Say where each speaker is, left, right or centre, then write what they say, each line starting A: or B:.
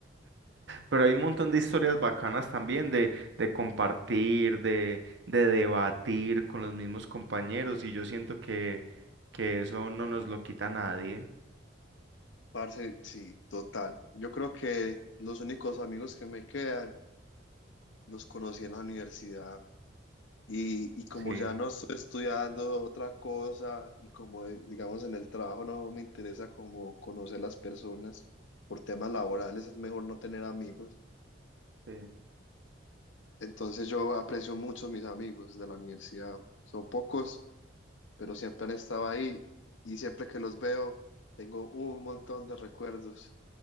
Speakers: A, on the right (about 65°); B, on the left (about 70°).
A: Pero hay un montón de historias bacanas también de, de compartir, de, de debatir con los mismos compañeros y yo siento que, que eso no nos lo quita nadie.
B: Parce, sí, total. Yo creo que los únicos amigos que me quedan los conocí en la universidad. Y, y como
A: Sí.
B: ya no estoy estudiando otra cosa y como eh, digamos en el trabajo no me interesa como conocer las personas por temas laborales, es mejor no tener amigos.
A: Sí.
B: Entonces yo aprecio mucho a mis amigos de la universidad. Son pocos, pero siempre han estado ahí y siempre que los veo tengo un montón de recuerdos